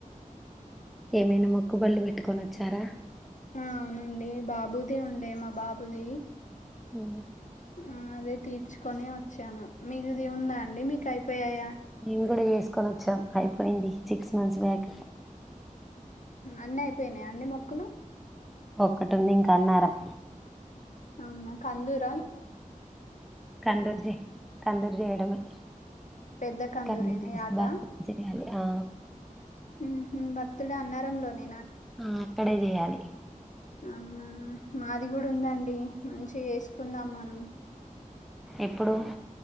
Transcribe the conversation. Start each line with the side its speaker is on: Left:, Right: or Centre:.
Centre: ఏమైనా మొక్కుబళ్ళు పెట్టుకొని వచ్చారా
Left: ఆ అవునండి బాబుది ఉండే మా బాబుది
Centre: ఉ
Left: ఆ అదే తీర్చుకొని వచ్చాము మీకు ఇది ఉందా అండి మీకు అయిపోయయా
Centre: మేము కూడా చేసుకొని వచ్చాం అయిపోయింది సిక్స్ మంత్స్ బ్యాక్
Left: అన్నీ అయిపోయినాయా అండి మొక్కులు
Centre: ఒక్కటి ఉంది ఇంకా అన్నారం
Left: అవునా కందుర్
Centre: కందూర్ జే కందూరు చేయడమే
Left: పెద్ద కందూరేనా
Centre: కందూరు ఇసు
Left: యాట
Centre: బకు చేయాలి ఆ
Left: ఉహు బర్త్ డే అన్నారం లోనే
Centre: ఆ అక్కడే చేయాలి
Left: అవునా మాది కూడా ఉందండి మంచి చేసుకుందాం మనం
Centre: ఎప్పుడు